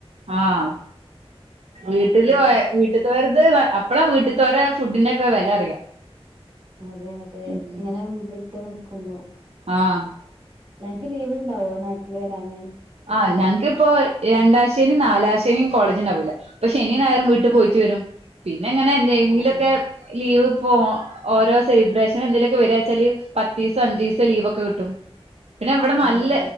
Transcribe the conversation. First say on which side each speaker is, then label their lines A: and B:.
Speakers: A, on the right; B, on the right.
A: ആഹ് വീട്ടില്
B: അതെ
A: പോയ വീട്ട് വെറുതെ അപ്പളാ വീട്ട്ത്തോരെ ഫുഡിന്റെ ഒക്കെ വല അറിയാ
B: അതെ അതെ
A: ഉം
B: ഇങ്ങനെ വിട്ട് നിക്കുമ്പോ
A: ആഹ്
B: നിനക്ക് ലീവ് ഉണ്ടാവോ നാട്ടിൽ വരാന്
A: ആഹ് ഞങ്ങക്ക് ഇപ്പോ രണ്ടാൻ ശനി നാലാൻശനി കോളേജ് ണ്ടാവൂല ഇപ്പൊ ശനി ഞായറും വീട്ട് പോയിറ്റ് വരും പിന്നെ ഇങ്ങനെ എന്തെങ്കിലുക്കെ
B: ആഹ് ആഹ്
A: ലീവ് പോ ഓരോ സെലിബ്രേഷൻ എന്തെലോക്ക വരാച്ചാല് പത്തീസം അൻജീസം ലീവൊക്കെ കിട്ടും പിന്നെ ഇവിടെ നല്ല
B: അതെ